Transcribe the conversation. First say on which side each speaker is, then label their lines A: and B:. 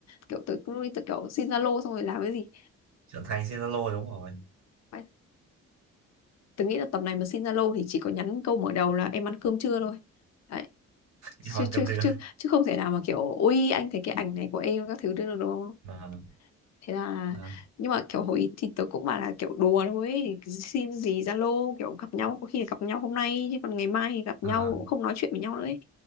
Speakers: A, on the left; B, on the right.
A: kiểu tới lúc ấy tôi kiểu xin Zalo xong rồi làm cái gì
B: trưởng thành trên Zalo đúng rồi
A: Ờ, tôi nghĩ là tầm này mà xin Zalo thì chỉ có nhắn câu mở đầu là em ăn cơm chưa thôi. Đấy. Chứ,
B: đi hoàn
A: chứ,
B: cầm dừa
A: chứ, chứ không thể nào mà kiểu ui anh thấy cái ảnh này của em các thứ được đúng không?
B: ờ
A: Thế là
B: ờ
A: nhưng mà kiểu hồi ý thì tớ cũng bảo là kiểu đùa thôi ấy. Xin gì Zalo kiểu gặp nhau có khi là gặp nhau hôm nay chứ còn ngày mai thì gặp
B: ờ
A: nhau cũng không nói chuyện với nhau nữa ấy.